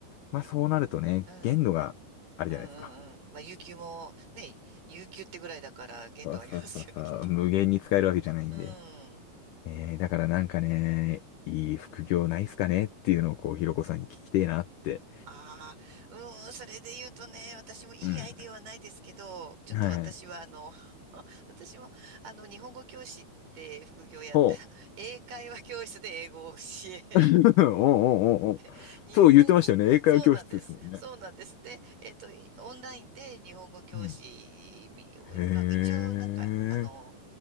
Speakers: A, on the left; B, on the right.
A: まあそうなるとね、
B: うん、うん、
A: 限度があるじゃないですか。
B: うん、うん。まあ、有給もね、有給ってぐらいだから限度ありますよね、
A: そうそうそうそう、
B: きっと。
A: 無限に使えるわけじゃないんで。
B: うん。
A: えーだからなんかね、いい副業ないっすかねっていうのをこう、ひろこさんに聞きてえなって。
B: ああ、うーん、それで言うとね、私もいいアイデアはないですけど、
A: うん。
B: ちょっと私はあの、
A: はい。
B: <laughs> 私もあの、日本語教師って副業やって、
A: ほ
B: <laughs> 英会話教室で英語を教え、
A: う。<laughs> おうおうおうおう。
B: <laughs> 日本語、
A: そう言ってましたよね。英会話教室ですもんね。
B: そうなんです。そうなんです。で、えっと、いオンラインで日本語教師みを、
A: うん。へえ。
B: なんか一応なんか、あの、